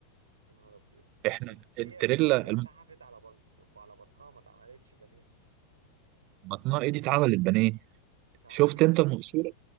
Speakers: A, on the right (about 70°); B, on the right (about 40°).
A: يا نهار ابيض
B: احنا
A: بس دي
B: التريلا
A: يا زميلي تلاقيها
B: الم-
A: سحفت على بنط على بطنها ما اتعملتش بانيه
B: بطنها ايه دي اتعملت بانيه
A: اتعملت
B: شفت انت
A: بانيه
B: المقصوره